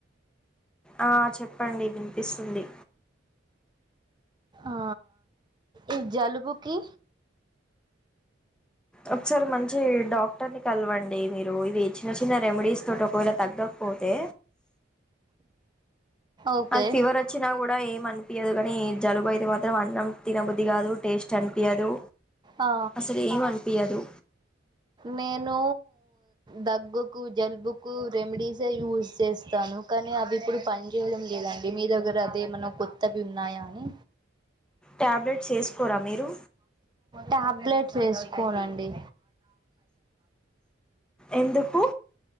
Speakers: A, in the centre; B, on the right.
A: ఆ చెప్పండి వి ఇస్తుంది
B: ఆ ఈ జలుబుకిీ
A: ఒకసారి మంచి డాక్టర్ ని కలవండి మీరు ఇది చిన్న చిన్న రెమెడీస్ తోటి ఒకవేళ తగ్గకపోతే
B: ఓకే
A: అది ఫీవర్ వచ్చినా కూడా ఏం మనిపిించదు కాగాని జలుబ అతే మాత్రం అన్నం తినబుద్ధి కాదు టేస్ట్ అనిపింయదు
B: ఆ
A: అసలు ఏమి అనిపింయాదు
B: నేను దగ్గుకు జలుబుకు రెమెడీసే యూస్ చేస్తాను కానీ అవి ఇప్పుడు పనిచేయడం లేదండి మీ దగ్గర అదేమన్నా కొత్తవి ఉన్నాయా అని
A: టాబ్లెట్స్ వేసుకోరా మీరు
B: టాబ్లెట్స్ వేసుకోనండి
A: ఎందుకు